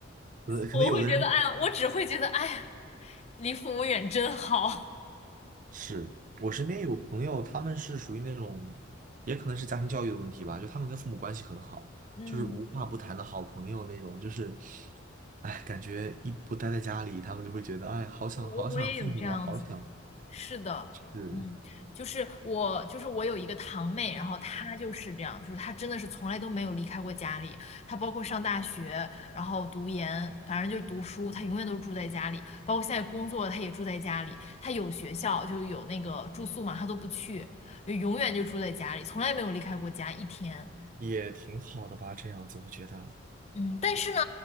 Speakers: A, on the right; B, on the left.
A: 呃，可能有的人
B: 我会觉得哎呀，我只会觉得哎呀，离父母远真好。
A: 是我身边有朋友，他们是属于那种，也可能是家庭教育的问题吧，就他们跟父母关系很好，
B: 嗯，
A: 就是无话不谈的好朋友那种，就是，哎，感觉一不待在家里，他们就会觉得，哎，好想好想父母啊，
B: 我我也有这样子。
A: 好想。
B: 是的，
A: 是，
B: 嗯，就是我，就是我有一个堂妹，然后她就是这样，就是她真的是从来都没有离开过家里，她包括上大学，然后读研，反正就是读书，她永远都是住在家里，包括现在工作，她也住在家里，她有学校就有那个住宿嘛，她都不去，就永远就住在家里，从来没有离开过家一天。
A: 也挺好的吧，这样子我觉得，
B: 嗯，但是呢，